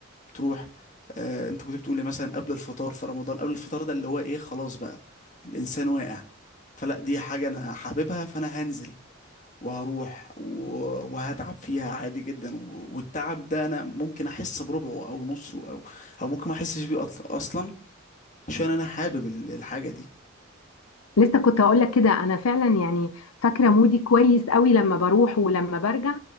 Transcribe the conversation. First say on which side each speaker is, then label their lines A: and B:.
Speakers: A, on the left; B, on the left.
A: تروح آه انت كنت بتقولي مثلا قبل الفطار في رمضان قبل الفطار ده اللي هو ايه خلاص بقى الانسان واقع فلا دي حاجة انا حاببها فانا هنزل وهروح و- وهتعب فيها عادي جدا و- والتعب ده انا ممكن احس بربعه او نصه او او ممكن ما احسش بيه أطل- اصلا عشان انا حابب ال- الحاجة دي
B: لسه كنت هقول لك كده انا فعلا يعني فاكره مودي كويس قوي لما بروح ولما برجع